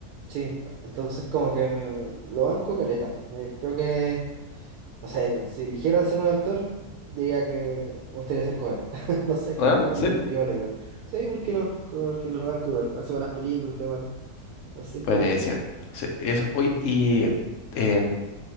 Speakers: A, on the right (about 80°); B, on the left (about 65°).
A: sí, entonces como que lo banco caleta. Eh, creo que, no sé, si eligiera ser un actor, diría que me gustaría ser como él. <laughs> No sé, es
B: ¿Real?
A: como alguien
B: Sí.
A: muy piola igual. Sí, ¿por qué no? Porque lo banco igual, hace buenas películas igual. Así
B: Buenísimo.
A: que eso.
B: Sí, eso, oye,
A: Mm.
B: y em,